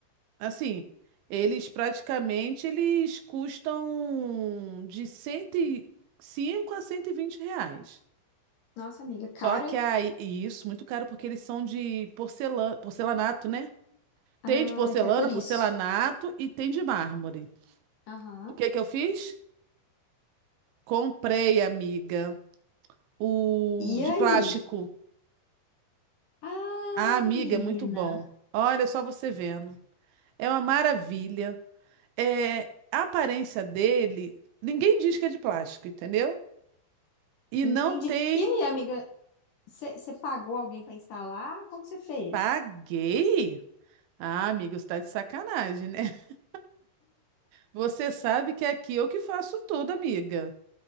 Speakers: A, on the right; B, on the left.
A: Assim, eles praticamente eles custam de cento e cinco a 120 reais.
B: Nossa, amiga, caro,
A: Só que
B: hein?
A: aí, e isso, muito caro, porque eles são de porcelana, porcelanato, né?
B: Ah,
A: Tem de porcelana,
B: até por
A: porcelanato
B: isso.
A: e tem de mármore.
B: Aham.
A: O que que eu fiz? Comprei, amiga, o
B: E
A: de
B: aí?
A: plástico.
B: Ah,
A: Ah, amiga,
B: menina.
A: é muito bom. Olha só você vendo. É uma maravilha. É, a aparência dele, ninguém diz que é de plástico, entendeu? E
B: Entendi.
A: não tem.
B: E aí, amiga, você você pagou alguém para instalar? Como que você fez?
A: Paguei? Ah, amiga, você tá de sacanagem, né? <laughs> Você sabe que aqui eu que faço tudo, amiga.